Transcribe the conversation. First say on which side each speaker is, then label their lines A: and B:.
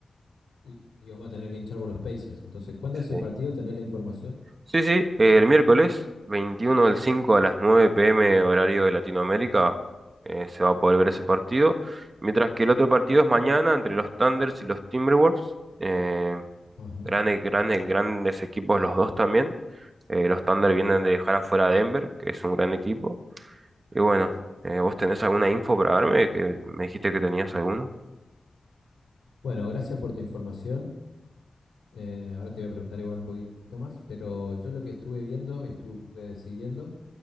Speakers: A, on the left (about 75°); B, on the right (about 55°).
A: Y, y vamos a tener que hinchar por los Pacers. Entonces, ¿cuándo es
B: Sí,
A: el partido? ¿Tenés la información?
B: sí, sí, eh, el miércoles 21 del 5 a las 9 pm horario de Latinoamérica eh, se va a poder ver ese partido. Mientras que el otro partido es mañana entre los Thunders y los Timberwolves. Eh,
A: Ajá.
B: grandes, grandes, grandes equipos los dos también. Eh, los Thunder vienen de dejar afuera a Denver, que es un gran equipo. Y bueno, eh, ¿vos tenés alguna info para darme? Que me dijiste que tenías alguno.
A: Bueno, gracias por tu información. Eh, ahora te voy a preguntar igual un poquito más, pero yo lo que estuve viendo y estuve siguiendo